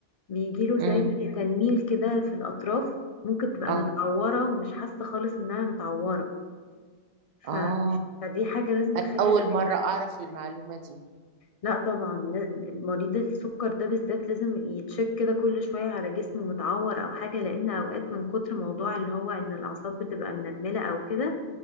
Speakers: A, on the left (about 50°); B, on the right (about 50°).
A: بيجيله زي
B: امم
A: تنميل كده في الأطراف ممكن تبقى
B: اه
A: متعورة ومش حاسة خالص إنها متعورة
B: اه
A: ف... فدي حاجة لازم
B: انا
A: تخلي
B: اول
A: بالك
B: مره اعرف المعلومه دي
A: لا طبعا لا- مريض السكر ده بالذات لازم يتشك كده كل شوية على جسمه متعور أو حاجة لأن أوقات من كتر موضوع اللي هو إن الأعصاب بتبقى منملة أو كده